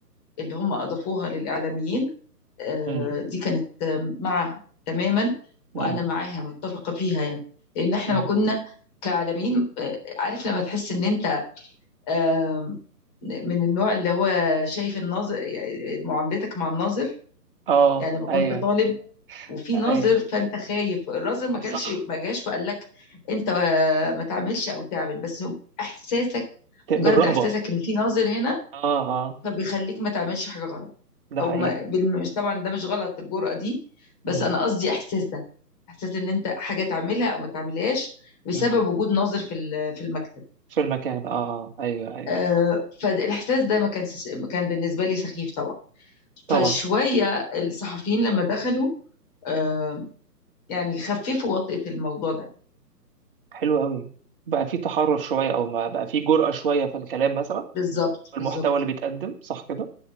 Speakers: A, on the left; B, on the right.
A: اللي هم أضافوها للإعلاميين آه،
B: مم.
A: دي كانت آه، معها تماما
B: مم.
A: وانا معاها متفقه فيها يعني لان احنا
B: مم.
A: ما كنا كعالمين آه، عارف لما تحس ان انت آه، من النوع اللي هو شايف الناظر يعني معاملتك مع الناظر
B: اه
A: يعني لما كنت
B: ايوه
A: طالب وفي
B: ايوه
A: ناظر فانت خايف الناظر ما جالش
B: صح
A: ما جاش وقال لك انت آه، ما تعملش او تعمل بس احساسك
B: ت-
A: مجرد
B: بالرهبه
A: احساسك ان في ناظر هنا
B: اه اه
A: فبيخليك ما تعملش حاجة غلط
B: ده
A: او
B: حقيقي
A: ما بالم- مش طبعا ده مش غلط الجرأة دي بس
B: مم.
A: انا قصدي احساس ده احساس ان انت حاجة تعملها او ما تعملهاش بسبب
B: مم.
A: وجود ناظر في ال- في المكتب
B: في المكان اه آه. ايوه ايوه
A: آه،
B: ايوه
A: فالاحساس ده ما كان كان بالنسبة لي سخيف طبعا
B: طبعا
A: فشوية الصحفيين لما دخلوا آه، يعني خففوا وطئة الموضوع ده
B: حلو قوي بقى في تحرر شويه او ما بقى في جرأة شويه في الكلام مثلا
A: بالظبط
B: والمحتوى
A: بالظبط
B: اللي بيتقدم صح كده